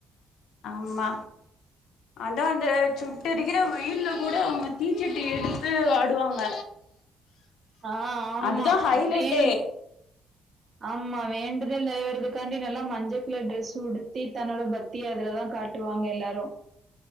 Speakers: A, on the left; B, on the right.
A: ஆமா அதாது சும் இங்கருக்கிற வெயில்ல கூட அவ்ங்க தீச்சட்டி எடுத்து ஆடுவாங்க
B: ஆ ஆமா.
A: அதுதா ஹைலைட்டே
B: வேண் ஆமா வேண்டுதல் நிறைவேறதுக்காண்டி நல்லா மஞ்சக்குல டிரெஸ் உடுத்தி தன்னோட ப பத்தி அதுலதா காட்டுவாங்க எல்லாரு